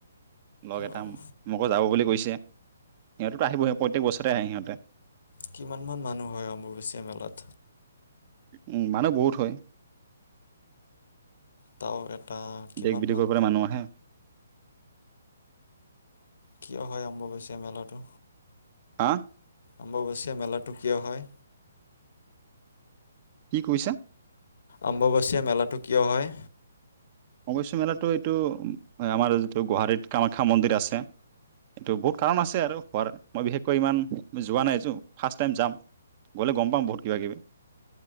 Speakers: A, on the right; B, on the left.
A: লগ এটা
B: অঁ
A: মোকো যাব বুলি কৈছে, সিহঁত আহিবয়ে, প্ৰত্যেক বছৰে আহে সিহঁতে।
B: কিমানমান মানুহ হয় অম্বুবাচীয়া মেলাত?
A: উম মানুহ বহুত হয়।
B: তেওঁ এটা কিমান
A: দেশ বিদেশৰ
B: মান?
A: পৰা মানুহ আহে
B: কিয় হয় আম্বুবাচীয়া মেলাটো?
A: হা?
B: আম্বুবাচীয়া মেলাটো কিয় হয়?
A: কি কৈছা?
B: আম্বুবাচীয়া মেলাটো কিয় হয়?
A: অম্বুবাচী মেলাটো এইটো আমাৰ যিটো গুৱাহাটীত কামাখ্যা মন্দিৰ আছে, এইটো বহুত কাৰণ আছে আৰু হোৱাৰ মই বিশেষকৈ ইমান যোৱা নাইতো, ফাৰ্ষ্ট টাইম যাম গ'লে গম পাম বহুত কিবা কিবি।